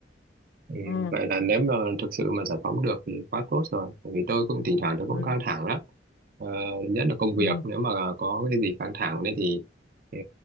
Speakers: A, on the right (about 50°); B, on the left (about 80°).
A: Ừ,
B: ừ,
A: vậy là nếu mà thực sự mà giải phóng được thì quá tốt rồi bởi vì tôi cũng thỉnh thoảng tôi cũng
B: ừ,
A: căng thẳng lắm ờ, nhất là công việc
B: ừ,
A: nếu mà có cái gì căng thẳng đấy thì ờ,